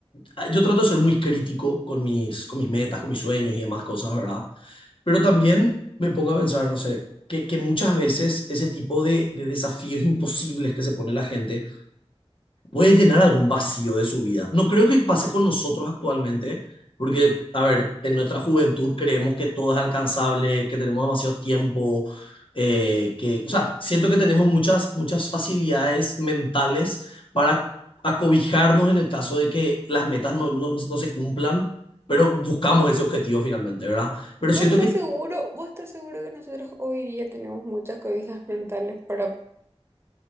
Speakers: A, on the left (about 55°); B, on the right (about 25°).
A: Ah, yo trato de ser muy crítico con mis, con mis metas, con mis sueños y demás cosas, ¿verdad? Pero también me pongo a pensar, no sé, que, que muchas veces ese tipo de, de desafíos imposibles que se pone la gente puede llenar algún vacío de su vida. No creo que pase con nosotros actualmente, porque, a ver, en nuestra juventud creemos que todo es alcanzable, que tenemos demasiado tiempo, eh, que, o sea, siento que tenemos muchas, muchas facilidades mentales para acobijarnos en el caso de que las metas no, no, no se cumplan, pero buscamos ese objetivo finalmente, ¿verdad? Pero
B: ¿Vos
A: siento
B: estás
A: que
B: seguro? ¿Vos estás seguro que nosotros hoy día tenemos muchas cobijas mentales para,